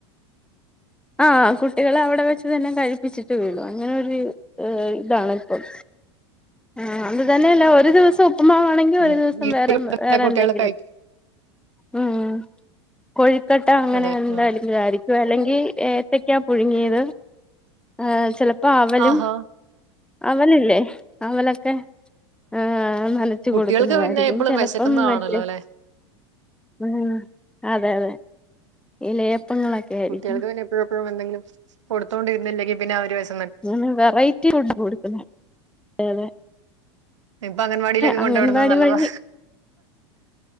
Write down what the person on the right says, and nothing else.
ഉം
വീട്ടിലെ
കുട്ടികൾ
കഴിക്കും
അതെ
ആ
ആഹാ
കുട്ടികൾക്ക്
പിന്നെ എപ്പളും
വിശക്കുന്നതാണല്ലോ
അല്ലെ
കുട്ടികൾക്ക് പിന്നെ എപ്പഴും എപ്പഴും എന്തെങ്കിലും കൊടുത്തുകൊണ്ടിരുന്നില്ലെങ്കി പിന്നെ അവര് വിശ
ഇപ്പൊ അംഗൻവാടിയിലൊക്കെ കൊണ്ടെ
വിടുന്നത് നല്ലതാ